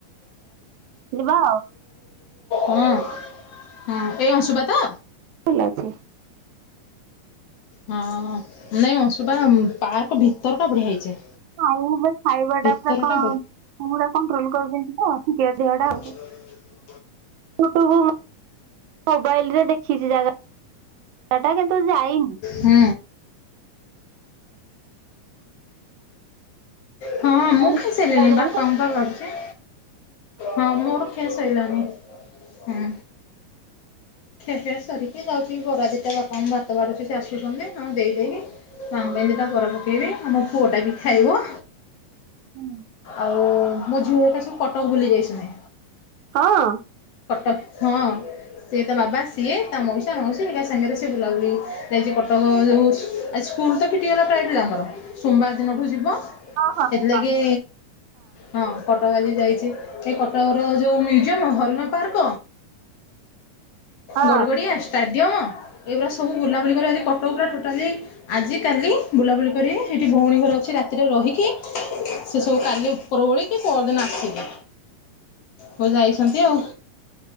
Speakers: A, on the right; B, on the left.
A: ଯିବା।
B: ହଁ, ହଁ ଏଇ ଅଂଶୁପା ତ?
A: ଖଲାଅଚ୍ଛି।
B: ହଁ ନାଇଁ ଅଂଶୁପାପାର୍କ ଭିତର ଟା ବଢିଆ ହେଇଛି।
A: ଆଉ ହ ଖାଇବା
B: ଭିତରଟା
A: ଟା ପୁରା କ ପୁରା କଣ୍ଟ୍ରୋଲ କରିଦେଇଛି ତ
B: ହ
A: ଟିକେ ଦେହଟା। ଆଉ।
B: <inaudible>
A: <unintelligible> ମୋବାଇଲ ରେ ଦେଖିଛି ଜାଗା। ସେଟା କିନ୍ତୁ ଯାଇନି
B: ହୁ। ହଁ ମୁଁ
A: ଓହୋ
B: ଖାଇସାରିଲଣିି ବାପାଙ୍କ
A: ହଁ।
B: ପା କରୁଛି। ହଁ ମୋର ଖିଆ ସଇଲାନି ହୁଁ। ଖିଆପିଆ ସାରିକି ଯାଉଛି ବରା ଦିଟା ବାପାଙ୍କୁ ଭାତ ବାଢୁଛି ସେ ଆସୁଛନ୍ତି ତାଙ୍କୁ ଦେଇଦେଇକି ତାଙ୍କ ପାଇଦିଟା କରା ପକେଇବି ଆମ ପୁଅ ଟା ବି ଖାଇବ
A: ଉ
B: ଆଉ ମୋ ଝିଅ କା ସବୁ କଟକ ବୁଲି ଯାଇଛନ୍ତି।
A: ହଁ।
B: କଟକ ହଁ ସିଏ ତା ବାବା ସିଏ ତା ମଉସା ମଉସୀ ଏକା ସାଙ୍ଗରେ ସିଏ ବୁଲାବୁଲି ଯାଇଛି କଟକ ଯଉ ଆଛ ସ୍କୁଲ ତ ଫିଟିଗଲା ପ୍ରାୟ ପିଲାଙ୍କର ସୋମବାର ଦିନଠୁ ଯିବ
A: ହଁ
B: ସେଥିଲାଗି
A: ହଁ
B: ହଁ କଟକ ଆଜି ଯାଇଛି ଏ କଟକର ଯେଉଁ ମ୍ୟୁଜିୟମ୍, ହରିଣ ପାର୍କ
A: ହଁ।
B: ଗଡ ଗଡିଆ ଷ୍ଟାଡିଅମ ଏଇଗୁରା ସବୁ ବୁଲାବୁଲି କରି ଆସି କଟକ ପୁରା ଟୋଟାଲି ଆଜି କାଲି ବୁଲାବୁଲି କରିକି ସେଇଠି ଭଉଣୀ ଘର ଅଛି ରାତିରେ ରହିକି ସେ ସବୁ କାଲି ପ୍ର ଓଳି କି ପରଦିନ ଆସିବି ହଉ ଯାଇଛନ୍ତି ଆଉ